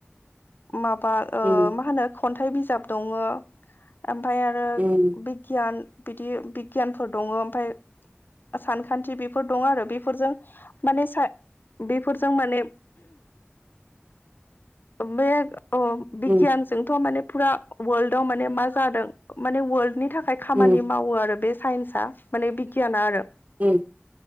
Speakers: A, on the left (about 55°); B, on the right (about 40°).
A: माबा
B: उम
A: मा होनो खन्थाइ बिजाब दङ ओमफ्राय आरो
B: उम
A: बिगियान बिदि बिगियानफोर दङ। ओमफ्राय सानखान्थि बेफोर दं आरो। बेफोरजों माने बेफोरजों माने बे अ बिगियानजोंथ'
B: उम
A: माने फुरा वर्ल्डआव माने मा जादों माने वर्ल्डनि थाखाय खामानि
B: उम
A: मावो आरो बे साइन्स माने बिगियाना आरो
B: उम